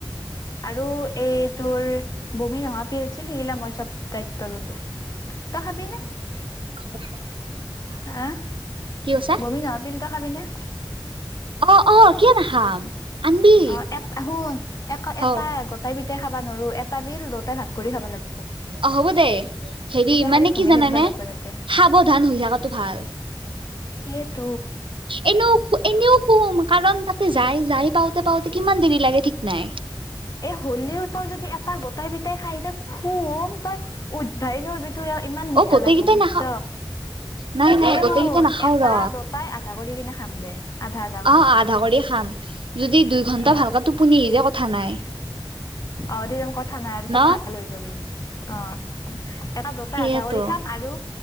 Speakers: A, on the left; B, on the right.
A: আৰু এই তোৰ বমি নহা পিল ছিল সিলা মই চব দায়িত্ব ললো তই খাবি নে
B: <inaudible>
A: হা
B: কি কৈছা
A: বমি নহাপিল, এটা খাবি নে
B: অ' অ' কিয় নাখাম আনবি
A: অ' এটা শুন এ
B: হ
A: এটা গোটাই বিটে খাবা নোৱাৰো এটা বিল দুটাই ভাগ কৰি খাব লাগ
B: অ' হ'ব দেই হেৰি
A: খালি
B: মানে
A: ঘুমাই
B: কি জাননে
A: থাকিব লাগব তাতে
B: সাৱধান হৈ থাকাটো ভাল
A: এ ত
B: এনেও এনেও খুম কাৰণ তাতে যাই যাই পাওঁতে পাওঁতে কিমান দেৰি লাগে ঠিক নাই
A: এ হ'লেও তই যদি এটা গোটাই পটাই খাইিতি খুম তই উৎভাই নাৰাৰিবি তোৰ আৰু ইমান নিছা
B: অ গোটেই
A: লাগিব
B: কেইটাই
A: বুজছ
B: নাখাও নাই নাই
A: এ
B: গোটেই
A: শুন
B: কেইটা নাখাও
A: এটা
B: ৰ
A: দটাই আধা কৰি কিনে খাম দে আধা আধা কৰি
B: অ আধা কৰি খাম যদি দুই ঘন্টা
A: অ'
B: ভালকে টোপনি আহি যায় কথা নাই
A: আৰু তিজনন কথা নাই আৰু চব
B: ন
A: ভাল হৈ যাব অ' এটা দুটা
B: সেইয়েতো
A: আধা কৰি খাম আৰু